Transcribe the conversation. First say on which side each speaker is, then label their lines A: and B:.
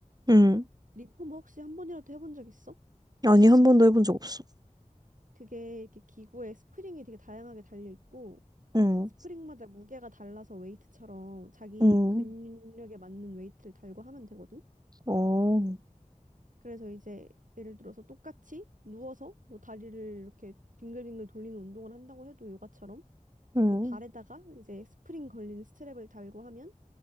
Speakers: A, on the right (about 30°); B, on the right (about 75°).
A: 응.
B: 리폼버 혹시 한 번이라도 해본 적 있어?
A: 아니, 한 번도 해본 적 없어.
B: 그게 이렇게 기구에 스프링이 되게 다양하게 달려 있고
A: 응,
B: 스프링마다 무게가 달라서 웨이트처럼 자기
A: 응,
B: 근력에 맞는 웨이트를 달고 하면 되거든.
A: 어,
B: 그래서 이제 예를 들어서 똑같이 누워서 뭐 다리를 이렇게 빙글빙글 돌리는 운동을 한다고 해도 요가처럼
A: 응,
B: 그 발에다가 이제 스프링 걸린 스트랩을 달고 하면